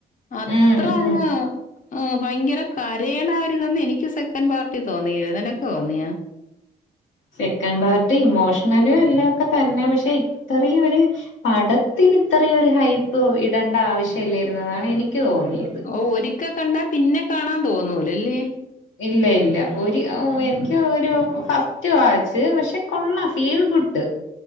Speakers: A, on the left; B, on the left.
A: അത്ര
B: ഉം
A: അങ്ങ്.
B: ഉം
A: ഉം ഭയങ്കര കരയണ ഒരിതന്ന് എനിക്ക് സെക്കൻഡ് പാർട്ടി തോന്നി ന്നിനക്ക് തോന്നിയാ.
B: സെക്കൻ പാർട്ടി ഇമോഷണല് ഇല്ലതൊക്കെ തന്നെ പക്ഷെ ഇത്രയും ഒര്. പടത്തിന് ഇത്രയും ഒരു ഹൈപ്പ് ഇടേണ്ട ആവശ്യ ഇല്ലരുന്നതാണ് എനിക്ക് തോന്നിയത്.
A: ഓ ഒരിക്ക കണ്ടാ പിന്നെ കാണാൻ തോന്നൂലല്ലേ?
B: ഇല്ല ഇല്ല ഒരു ആഹ്
A: ആ
B: എനിക്ക് ഒരു ഫ സ്റ്റ് വാച്ച് പക്ഷെ കൊള്ളാം ഫീൽ ഗുഡ്.